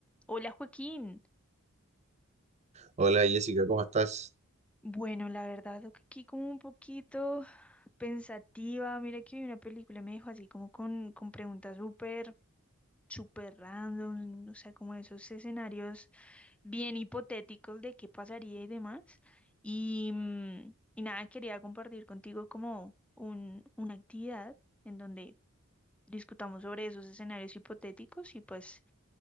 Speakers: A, in the centre; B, on the right (about 30°).
A: Hola Joaquín.
B: Hola Jessica, ¿cómo estás?
A: Bueno, la verdad, lo que aquí como un poquito pensativa. Mira que vi una película y me dejó así como con, con preguntas súper, súper random, o sea, como esos escenarios bien hipotéticos de qué pasaría y demás. Y, mm, y nada, quería compartir contigo como un, una actividad en donde discutamos sobre esos escenarios hipotéticos y pues